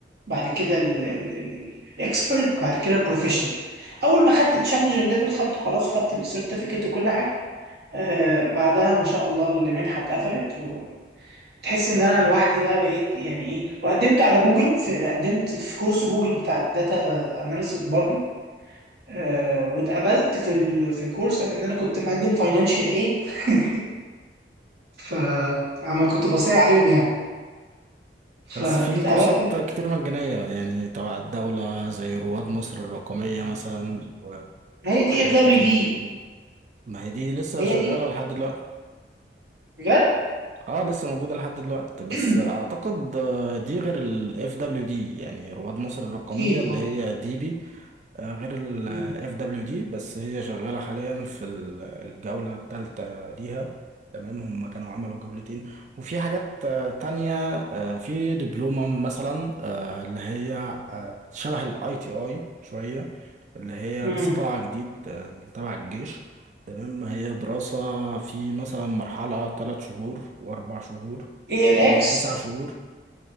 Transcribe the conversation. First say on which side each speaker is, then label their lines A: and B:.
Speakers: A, on the right (about 65°); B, on the right (about 40°).
A: بعد كده الاكسبرت بعد كده البروفيشنال اول ما خدت التشالنجر ليفل خدت خلاص خدت السيرتيفيكت وكل حاجه آه بعدها ما شاء الله المنحه اتقفلت وتحس ان انا لوحدي بقى بقيت يعني ايه وقدمت على جوجل في قدمت في كورس جوجل بتاع الداتا اناليسيس برضو آه واتقبلت في ال... في الكورس لان انا كنت مقدم فاينانشال ايد <laughs> فعما كنت بصيع عليهم يعني فاتقبلت
B: بس في كورسات كتير مجانية يعني تبع الدولة زي رواد مصر الرقمية مثلا و-
A: ما هي دي
B: وحاجات
A: اف دبليو
B: كتير
A: دي
B: ما هي دي لسه
A: هي
B: شغالة
A: دي
B: لحد دلوقتي
A: بجد
B: اه لسه موجودة لحد دلوقتي بس
A: <clears throat>
B: اعتقد آه، دي غير ال FWD يعني رواد مصر الرقمية
A: اكيد
B: اللي
A: اه
B: هي دي بي آه، غير ال
A: مم.
B: اف دبليو دي بس هي شغالة حاليا في ال- الجولة الثالثة ليها تمام هم كانوا عملوا جولتين وفي حاجات آه، تانية آه، في دبلومة مثلا آه، اللي هي آه، شبه الاي تي اي شوية اللي هي
A: مم.
B: لسه طالعة جديد آه، تبع الجيش تمام هي دراسة في مثلا مرحلة تلات شهور وأربع شهور
A: ايه الاكس
B: وتسع شهور